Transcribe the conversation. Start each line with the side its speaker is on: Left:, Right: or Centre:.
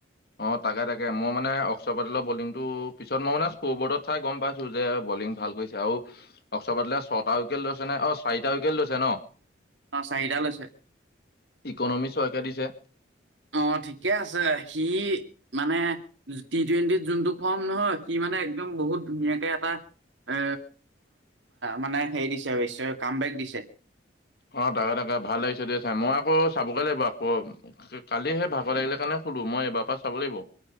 Left: অ', তাকে তাকে, মই মানে অক্সৰবাদলৰ বলিংটো পিছত মই মানে স্কৰ বৰ্ডত চাই গম পাইছোঁ যে বলিং ভাল কৰিছে। আৰু অক্সৰপেটেলে ছটা উইকেট লৈছে নে, অ' চাৰিটা উইকেট লৈছে ন'?
Right: অ' চাৰিটা লৈছে।
Left: ইকনমি ছয়কে দিছে।
Right: অ' ঠিকে আছে, সি মানে টি টুৱেণ্টিত যোনটো ফৰ্ম, নহয় সি মানে একদম বহুত ধুনীয়াকে এটা এ, মানে হেৰি দিছে, কাম বেক দিছে।
Left: অ' তাকে তাকে ভাল লাগিছে দেই চাই, মই আকৌ চাবগে লাগিব আকৌ। কালিহে ভাগৰ লাগিলে কাৰণে শুলোঁ, মই এবাৰ পৰা চাব লাগিব।